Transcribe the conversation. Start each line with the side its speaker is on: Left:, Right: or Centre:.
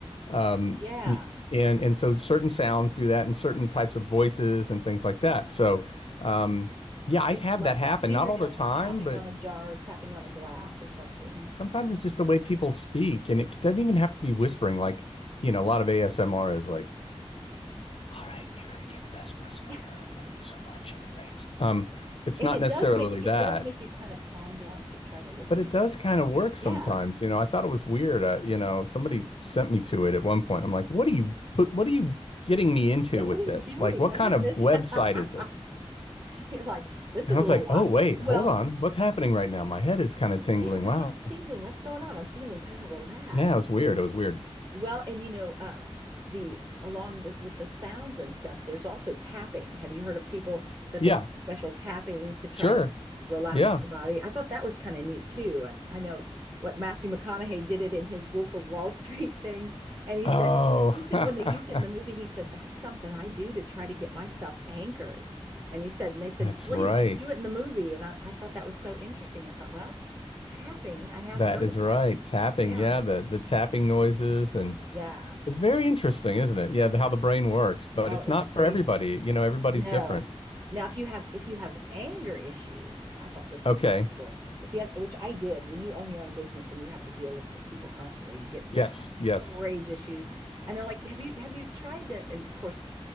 Left: um,
Right: Yeah.
Left: and and so certain sounds do that, and certain types of voices and things like that. So, um, yeah, I
Right: It's
Left: have
Right: like
Left: that happen.
Right: fingernails
Left: Not all the time,
Right: tapping
Left: but
Right: on a jar, tapping on a glass or something.
Left: sometimes
Right: <laughs>
Left: it's just the way people speak, and it doesn't even have to be whispering. Like, you know, a lot of ASMR is like, "All right, you're you're the best person
Right: Yeah,
Left: on earth. Thank you so much. You're the greatest." Um, it's
Right: And
Left: not
Right: it
Left: necessarily
Right: does make it
Left: that.
Right: does make you kind of calm down to try to listen.
Left: But it does kind of work sometimes,
Right: Yeah.
Left: you know. I thought it was weird. Uh, you know, somebody sent me to it at one point. I'm like, what are you put, what are you getting me into
Right: Yeah, what
Left: with
Right: are you
Left: this?
Right: doing?
Left: Like, what
Right: What
Left: kind
Right: is
Left: of
Right: this?
Left: website
Right: <laughs>
Left: is this?
Right: You're like, this
Left: And
Right: is
Left: I
Right: a
Left: was
Right: little
Left: like, oh,
Right: odd.
Left: wait,
Right: Well,
Left: hold on. What's happening right now? My head is kind of tingling.
Right: Yeah, my
Left: Wow.
Right: head's tingling. What's going on? I'm feeling kind of relaxed.
Left: Yeah, it was weird. It was weird.
Right: Well, and you know, um, the along the with the sounds and stuff, there's also tapping. Have you heard of people that
Left: Yeah,
Right: they do special tapping to try
Left: sure.
Right: to relax
Left: Yeah.
Right: the body? I thought that was kind of neat too. And I know what Matthew McConaughey did it in his Wolf of Wall <laughs> Street thing, and he
Left: Oh,
Right: said he said
Left: <laughs>
Right: when they used it in the movie, he said that's something I do to try to get myself anchored. And he said, and they said,
Left: that's
Right: please
Left: right.
Right: just do it in the movie. And I, I thought that was so interesting. I thought, well, tapping, I have
Left: That
Right: heard
Left: is
Right: of
Left: right.
Right: that.
Left: Tapping.
Right: Yeah.
Left: Yeah, the the tapping noises and
Right: Yeah.
Left: it's very interesting, isn't it? Yeah, the, how the brain works, but
Right: Oh,
Left: it's
Right: it's
Left: not for
Right: crazy.
Left: everybody. You know, everybody's
Right: No.
Left: different.
Right: Now, if you have if you have anger issues, I thought this
Left: Okay.
Right: was cool. If you have, which I did, when you own your own business and you have to deal with c- people constantly, you get
Left: Yes.
Right: some,
Left: Yes.
Right: some rage issues, and they're like, "Have you have you tried to?" And of course,